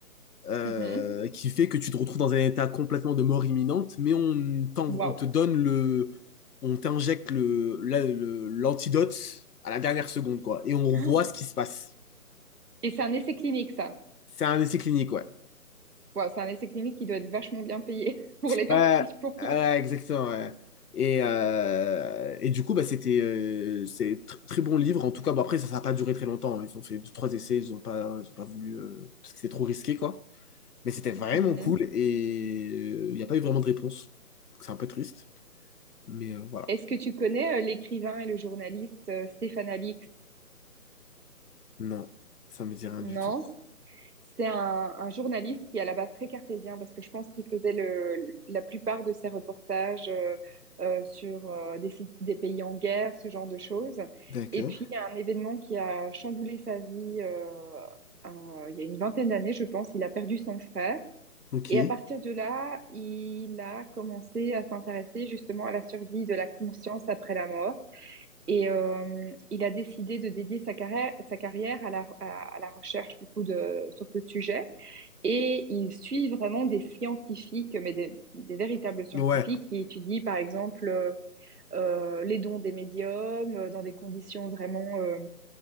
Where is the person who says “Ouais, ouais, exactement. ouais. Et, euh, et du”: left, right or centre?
Left